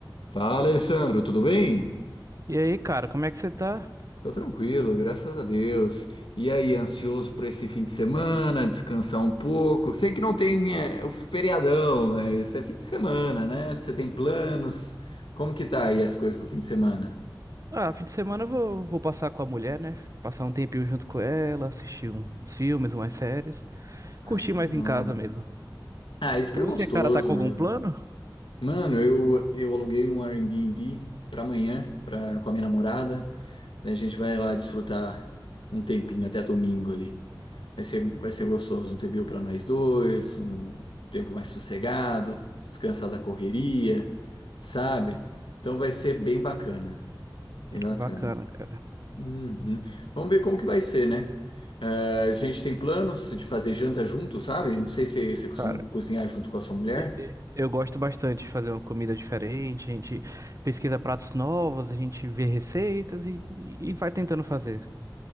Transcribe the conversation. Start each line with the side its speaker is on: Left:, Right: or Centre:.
Left: Fala, Alessandro, tudo bem?
Right: E aí, cara, como é que você tá?
Left: Tô tranquilo, graças a Deus. E aí, ansioso por esse fim de semana, descansar um pouco? Sei que não tem, é, o feriadão, mas é fim de semana, né? Você tem planos? Como que tá aí as coisas pro fim de semana?
Right: Ah, fim de semana eu vou, vou passar com a mulher, né? Passar um tempinho junto com ela, assistir uns filmes, umas séries.
Left: Ah,
Right: Curtir
Left: que
Right: mais
Left: bom.
Right: em casa mesmo.
Left: Ah, isso que
Right: E
Left: é
Right: você,
Left: gostoso
Right: cara, tá com algum
Left: mesmo.
Right: plano?
Left: Mano, eu, eu aluguei um Airbnb pra amanhã, pra, com a minha namorada. Daí a gente vai lá desfrutar um tempinho até domingo ali. Vai ser, vai ser gostoso um TBU para nós dois, um tempo mais sossegado, descansar da correria, sabe? Então vai ser bem bacana, bem bacana.
Right: Bacana, cara.
Left: Uhum. Vamos ver como que vai ser, né? Ah, a gente tem planos de fazer janta junto, sabe? Não sei se você costuma
Right: Cara,
Left: cozinhar junto com a sua mulher.
Right: e- e- eu gosto bastante de fazer uma comida diferente. A gente pesquisa pratos novos, a gente vê receitas e, e e vai tentando fazer.